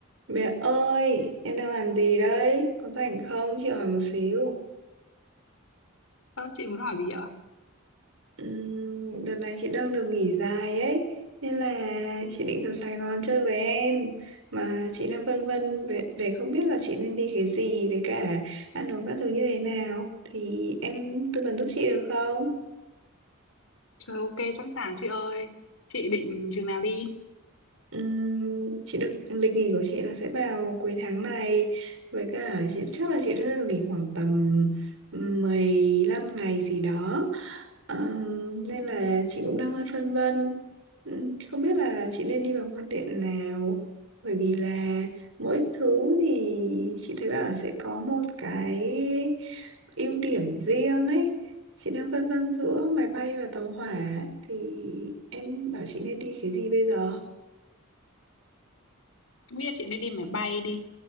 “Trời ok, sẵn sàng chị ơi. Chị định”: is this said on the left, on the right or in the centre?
Left